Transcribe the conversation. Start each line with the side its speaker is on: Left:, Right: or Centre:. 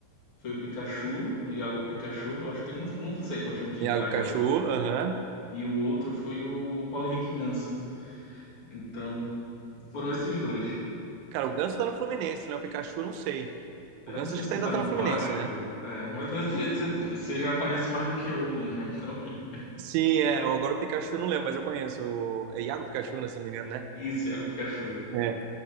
Left: foi o Pikachu, o Iago Pikachu, eu acho que ele não, não sei qual time que ele
Right: Iago
Left: tá agora.
Right: Pikachu, aham.
Left: e o outro foi o, o Paulo Henrique Ganso. Então, foram esses dois.
Right: Cara, o Ganso tá no Fluminense, né? O Pikachu eu não sei.
Left: Eu
Right: O Ganso
Left: não sei
Right: acho
Left: se
Right: que tá-
Left: ele
Right: ainda
Left: tá no
Right: tá no
Left: Vasco,
Right: Fluminense, né?
Left: é, mas <laughs> você- você você já conhece mais do que eu alguns, né? Então, <laughs>
Right: Sim, é. Agora o Pikachu eu não lembro, mas eu conheço. o- É Iago Pikachu, né? Se eu não me engano, né?
Left: isso Iago Pikachu.
Right: É,